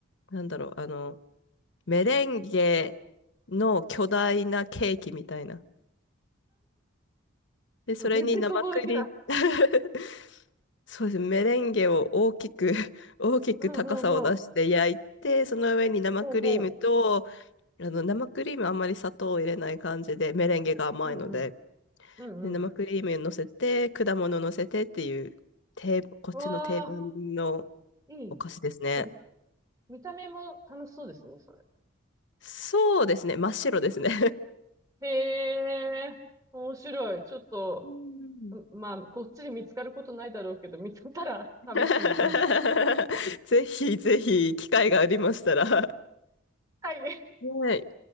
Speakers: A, on the left (about 60°); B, on the right (about 15°).
A: なんだろう、あの、メレンゲの巨大なケーキみたいな。
B: うん
A: で、
B: もう全然想像できない。
A: それに生クリーム <laughs> そうですね。メレンゲを大きく <laughs> 大きく高さを出して焼いて、
B: うんうんうん。
A: その上に生クリームと、
B: ほうほ
A: あの、生クリームあんまり砂糖を入れない感じで、メレンゲが甘いので、
B: う。うんうん。うんうん。
A: で、生クリーム乗せて、果物乗せてっていう、定、こっちの定番の
B: わあ、いい。
A: お菓子ですね。
B: なんか、見た目も楽しそうですね、それ。
A: そうですね。真っ白ですね。
B: へえ、面白い。ちょっと、
A: <laughs> うん
B: まあ、こっちで見つかることないだろうけど、見つかったら試してみます。
A: <laughs> ぜひぜひ、機会がありましたら。
B: はい。
A: はい。